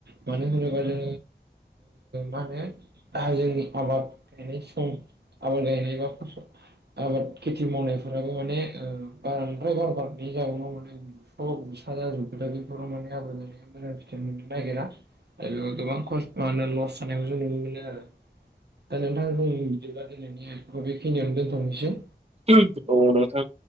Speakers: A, on the right; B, on the right.
A: बुंनो हायो मानो होनोबा जोङो ओ मा होनो गाहायै आबाब गायनाय सम आबाद गायनाय बा फसल आबाद खेथि मावनायफोराबो माने बाद्राय बार बे जाउनाव माने बुस' बुसा जाजोबो बर' माने आब मोजां फिथाइ मोननो नागिरा आरो बेयाव गोबां खसत लस जानायखौ जों नु आरो दा नोंथाङा बुंनो बिदिबा दिनैनिखौ बेखिनियावनो दोनथ'नोसै
B: उम औ नोंथां